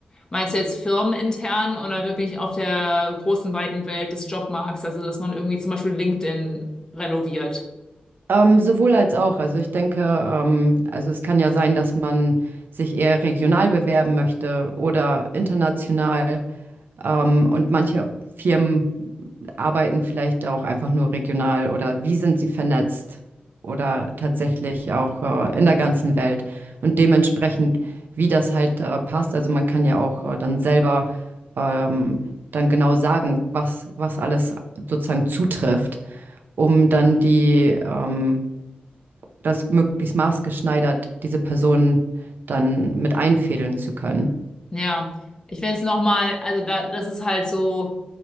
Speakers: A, on the left; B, on the right.
A: Meinst du jetzt firmenintern oder wirklich auf der großen, weiten Welt des Jobmarkts? Also, dass man irgendwie zum Beispiel LinkedIn renoviert.
B: Ähm, sowohl als auch. Also ich denke, ähm, also es kann ja sein, dass man sich eher regional bewerben möchte oder international. Ähm, und manche Firmen arbeiten vielleicht auch einfach nur regional oder wie sind sie vernetzt oder tatsächlich auch äh, in der ganzen Welt und dementsprechend, wie das halt äh, passt. Also man kann ja auch äh, dann selber ähm, dann genau sagen, was, was alles sozusagen zutrifft, um dann die, ähm, das möglichst maßgeschneidert diese Personen dann mit einfädeln zu können.
A: Ja, ich finde es nochmal, also da, das ist halt so,